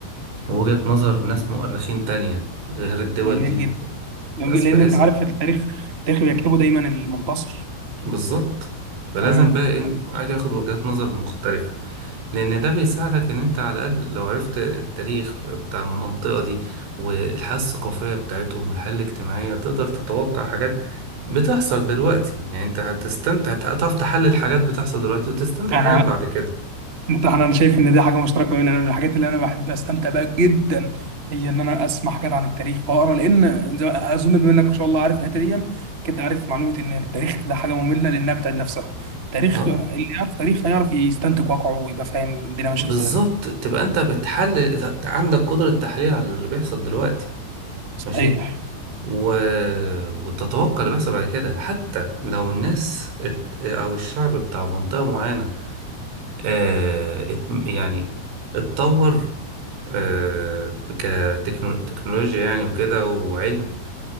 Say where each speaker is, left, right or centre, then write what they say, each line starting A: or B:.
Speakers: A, on the right; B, on the right.
A: ووجهة نظر ناس مؤرخين تانية غير الدول
B: جميل
A: دي
B: جدا جميل
A: بس
B: جداً، لان
A: بحيث
B: انت عارف التاريخ التاريخ بيكتبه دايما المنتصر
A: بالظبط فلازم
B: امم
A: بقى ايه الواحد ياخد وجهات نظر مختلفة لأن ده بيساعدك إن أنت على الأقل لو عرفت التاريخ بتاع المنطقة دي والحياة الثقافية بتاعتهم والحياة الاجتماعية تقدر تتوقع حاجات بتحصل دلوقتي يعني أنت هتستمتع هتعرف تحلل حاجات بتحصل دلوقتي وتستنتج
B: انا
A: حاجات بعد كده
B: انت انا أنا شايف ان دي حاجه مشتركه بيننا انا من الحاجات اللي انا بحب استمتع بيها جدا هي ان انا اسمع حاجات عن التاريخ واقرا لان زي- اظن بما انك ما شاء الله عارف الحته دي كنت عارف معلومه ان التاريخ ده حاجه ممله لانها بتعيد نفسها التاريخ
A: اه
B: اللي يعرف تاريخ هيعرف يستنتج واقعه ويبقى فاهم الدنيا ماشيه
A: بالظبط
B: ازاي
A: تبقى أنت بتحلل عندك قدرة تحليل على اللي بيحصل دلوقتي
B: صحيح
A: ماشي و... وتتوقع اللي بيحصل بعد كده حتى لو الناس ات... او الشعب بتاع منطقة معينة آه... ات... يعني اتطور آه... كتكنولوجيا يعني وكده وعلم